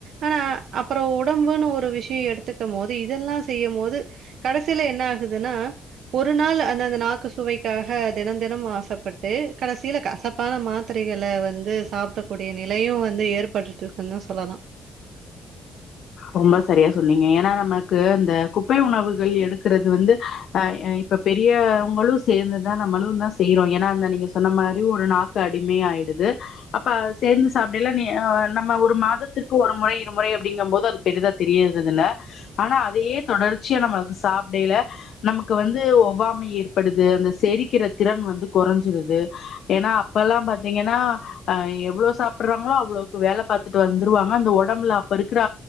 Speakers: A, on the right; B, on the left.
A: ஆனா அப்றோ உடம்புன்னு ஒரு விஷயோ எடுத்துக்கு போது இதெல்லா செய்யு போது கடைசியில என்ன ஆகுதுன்னா ஒரு நாள் அந்த அந்த நாக்கு சுவைக்காக தினம் தினம் ஆசப்பட்டு கடைசியில காச தப்பான மாத்திரைகள வந்து சாப்படக்கூடிய நிலையு வந்து ஏற்பட்டுட்டு இருக்குனு சொல்லலா
B: ரொம்ப செரியா சொன்னீங்க ஏன்னா நமக்கு இந்த குப்பை உணவுகள் எடுக்குறது வந்து ஆ ஏய் இப்ப பெரியவங்களு சேந்து தா நம்மளு தா செய்றோ ஏனா அந்த நீங்க சொன்ன மாதிரி ஒரு நாக்கு அடிமை ஆயிடுது அப்ப சேந்து சாப்டைல நீ் நம்ம ஒரு மாதத்திற்கு ஒரு முறை இருமுறை அப்டிங்கு போது அது பெரிதா தெரியிறது இல்ல ஆனா அதையே தொடர்ச்சியா நமக்கு சாப்டேயில நமக்கு வந்து ஒவ்வாமை ஏற்படுது அந்த செரிக்கிற திறன் வந்து கொறஞ்சிருது ஏனா அப்பல்லா பாத்தீங்கன்னா அ எவ்ளோ சாப்பிடுறாங்களோ அவ்ளோக்கு வேல பாத்துட்டு வந்துருவாங்க அந்த உடம்புல அப்ப இருக்குற